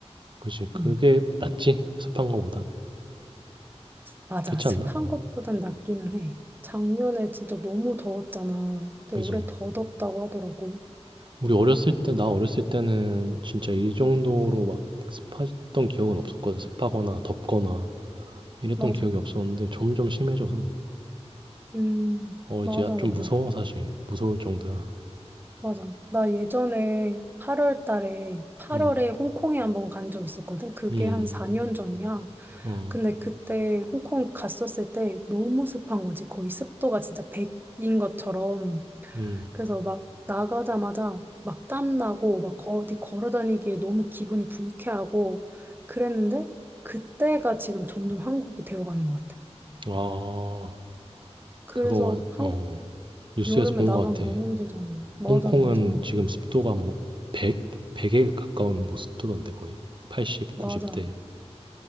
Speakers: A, on the right (about 45°); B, on the right (about 20°).
A: 그지 그게
B: 음,
A: 낫지 습한 거보단
B: 맞아.
A: 그렇지
B: 습한
A: 않나 어
B: 것보단 낫기는 해. 작년에 진짜 너무 더웠잖아. 근데
A: 그지
B: 올해 더 덥다고 하더라고.
A: 우리 어렸을 때 나 어렸을 때는 진짜 이 정도로 막 습했던 기억은 없었거든 습하거나 덥거나 이랬던
B: 맞아.
A: 기억이 없었는데 점점 심해져서
B: 음,
A: 어
B: 맞아,
A: 이제 좀
B: 맞아.
A: 무서워 사실. 무서울 정도야.
B: 맞아. 나 예전에 8월 달에, 8월에
A: 음.
B: 홍콩에 한번 간 적 있었거든. 그게
A: 음.
B: 한 4년 전이야.
A: 어.
B: 근데 그때 홍콩 갔었을 때 너무 습한 거지. 거의 습도가 진짜 100인 것처럼.
A: 음.
B: 그래서 막 나가자마자 막 땀나고 막 거- 어디 걸어 다니기에 너무 기분이 불쾌하고 그랬는데 그때가 지금 점점 한국이 되어가는 것 같아.
A: 아.
B: 그래서
A: 그거 맞아.
B: 한국
A: 어. 뉴스에서
B: 여름에
A: 본
B: 나가면
A: 것 같아.
B: 너무 힘들잖아. 맞아,
A: 홍콩은
B: 맞아.
A: 지금 습도가 뭐 100? 100에 가까운 뭐 습도던데 거의. 80, 90대.
B: 맞아.